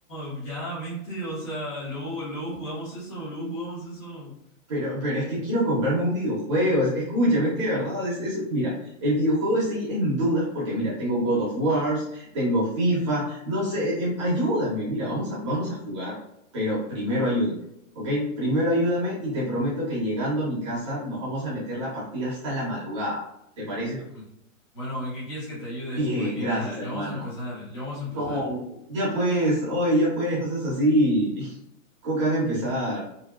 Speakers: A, on the left (about 20°); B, on the right (about 20°).
A: no. Ya, vente, o sea, luego, luego jugamos eso, luego jugamos eso.
B: Pero, pero es que quiero comprarme un videojuego. Es- Escúchame, es que de verdad es eso. Mira, el videojuego estoy en dudas porque, mira, tengo God of Wars, tengo FIFA, no sé, eh, em, ayúdame. Mira, vamos a, vamos a jugar, pero primero ayúdame, ¿ok? Primero ayúdame y te prometo que llegando a mi casa nos vamos a meter la partida hasta la madrugada. ¿Te parece?
A: Ah, mm. Bueno, ¿en qué quieres que te ayude?
B: Bien,
A: Porque
B: gracias,
A: ya, ya
B: hermano.
A: vamos a empezar, ya vamos a empezar.
B: No, ya pues, oye, ya pues, no seas así. <laughs> ¿Cómo que van a empezar?